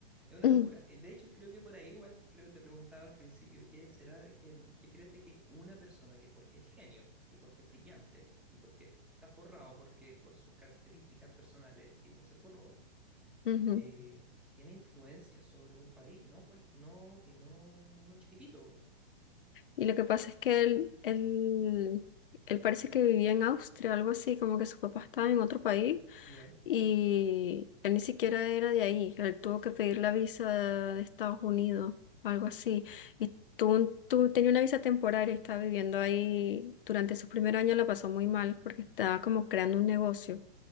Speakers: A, in the centre; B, on the left.
A: Es una
B: Mm.
A: locura. Eh, De hecho, creo que por ahí igual, creo que te preguntaba al principio, ¿qué será de que, qué crees de que una persona que porque es genio y porque es brillante y porque está forrado, porque por sus características personales el tipo se forró,
B: Ujú.
A: eh, tiene influencia sobre un país, ¿no? Cual- no, y no, no uno chiquitito. po.
B: Y lo que pasa es que él, él, él parece que vivía en Austria, algo así, como que su papá estaba en otro país
A: Ya.
B: Y él ni siquiera era de ahí, él tuvo que pedir la visa de Estados Unidos, algo así. Y tú, tú tenía una visa temporaria, estaba viviendo ahí, durante su primer año la pasó muy mal porque estaba como creando un negocio,